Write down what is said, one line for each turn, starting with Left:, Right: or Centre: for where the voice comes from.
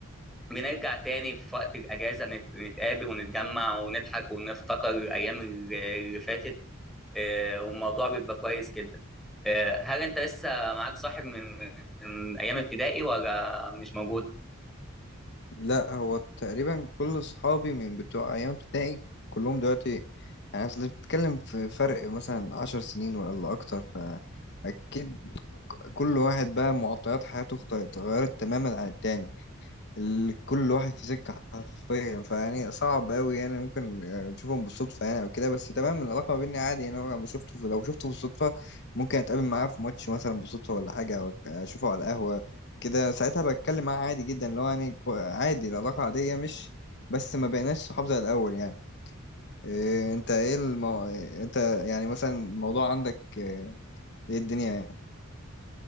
Centre: بنرجع تاني في وقت الأجازة نت- نتقابل ونتجمع ونضحك ونفتكر الأيام اللي اللي فاتت آه، والموضوع بيبقى كويس جدا آه، هل انت لسه معاك صاحب من من ايام ابتدائي ولا مش موجود
Left: لا هو تقريبا كل اصحابي من بتوع ايام ابتدائي كلهم دلوقتي يعني اصل بتتكلم في فرق مثلا عشر سنين ولا اكتر فاكيد كل واحد بقى معطيات حياته اخت- اتغيرت تماما عن التاني ال- كل واحد في سكة حرفيا فيعني صعب أوي يعني ممكن آه، تشوفهم بالصدفة يعني أو كده بس تمام العلاقة ما بيني عادي يعني لو شفته في لو شفته بالصدفة ممكن أتقابل معاه في ماتش مثلا بالصدفة ولا حاجة أو أشوفه على القهوة كده ساعتها بتكلم معاه عادي جدا اللي هو يعني كو- عادي العلاقة عادية مش بس ما بقيناش صحاب زي الأول يعني إيه أنت إيه المو... إيه أنت يعني مثلا الموضوع عندك إيه إيه الدنيا يعني